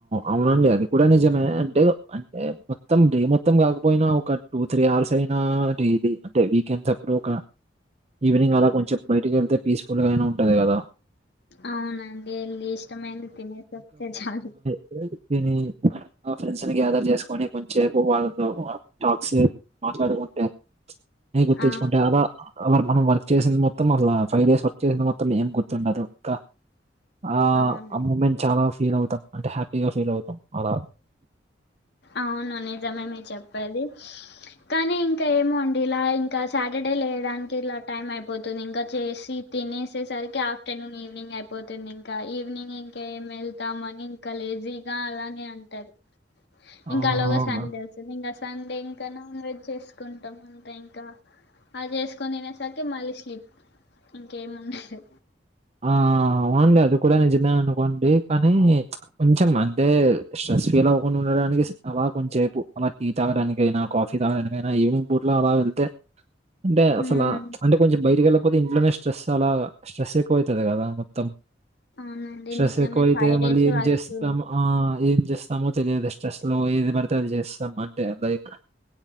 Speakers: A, on the right (about 35°); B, on the left (about 65°).
A: అవునండి అది కూడా నిజమే అంటే అంటే మొత్తం డే మొత్తం కాకపోయినా ఒక టూ త్రీ అవర్స్ అయినా డైలీ అంటే వీకెండ్స్ అప్పుడు ఒక ఈవినింగ్ అలా కొంచెం బయటికి వెళ్తే పీస్ఫుల్ గా అయినా ఉంటాది కదా
B: అవునండి ఎల్లి ఇష్టమైనంది తిన్నెసస్తే చాలు
A: తినేది తిని ఆ ఫ్రెండ్స్ ని గ్యాదర్ చేసుకొని కొంచసేపు వాళ్ళతో అ టాక్ సే మాట్లాడుకుంటే నే గుర్తుతెచ్చుకుంటే
B: ఆ
A: అలా మనం వర్క్ చేసింది మొత్తం అసలా ఫైవ్ డేస్ వర్క్ చేసింది మొత్తం ఏం గుర్తుండదు ఇంకా ఆ
B: అవునండి
A: ఆ మూమెంట్ చాలా ఫీల్ అవుతాం అంటే హ్యాపీగా ఫీల్ అవుతాం అలా
B: అవును నిజమే మీరు చెప్పేది కానీ ఇంకా ఏమొండిలా ఇంకా సాటర్డే లేయడానికి ఇలా టైం అయిపోతుంది ఇంకా చేసి తినేసేసరికి ఆఫ్టర్ నూన్ ఈవినింగ్ అయిపోతుంది ఇంకా ఈవినింగ్ ఇంకా ఏం ఎళ్తామని ఇంకా లేజీగా అలానే ఉంటారు ఇంకా
A: ఆహ్,
B: అలోగ సండే అస్ మేమి ఇంకా సండే ఇంకా నాన్ వెజ్ చేసుకుంటాం అంతే ఇంకా అది చేసుకొని తిన్నెసరికి మళ్ళీ స్లిప్ ఇంకేం ఉండదు
A: ఆ అవునండి అది కూడా నిజమే అనుకోండి కానీ కొంచెం అంటే స్ట్రెస్ ఫీల్ అవ్వకుండా ఉండడానికి అలా కొంచం సేపు అలా టీ తాగడానికైనా కాఫీ తాగడానికైనా ఈవినింగ్ పూ లాగా వెళ్తే అంటే
B: హ్మ్.
A: అసలు ఆ అంటే కొంచెం బయట ఎళ్ళకపోతే ఇంట్లోనే స్ట్రెస్ అలా స్ట్రెస్ పోయితది కదా మొత్తం
B: అవునండి
A: స్ట్రెస్
B: నిజమే
A: ఎక్కువైతే
B: డేస్
A: మళ్ళీ ఏం
B: వర్క్.
A: చేస్తాం ఆ ఏం చేస్ స్తామో తెలియదు స్ట్రెస్ లో ఏది పడితే అది చేస్తాం అంటే లైక్